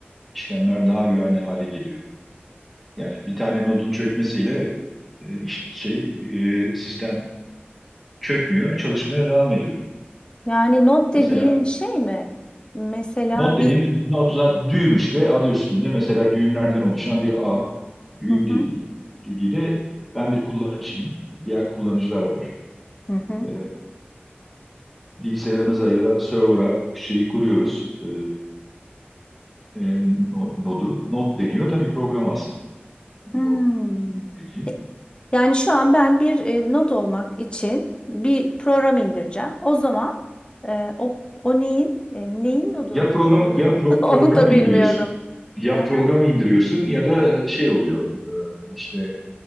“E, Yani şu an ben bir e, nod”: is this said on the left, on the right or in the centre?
Left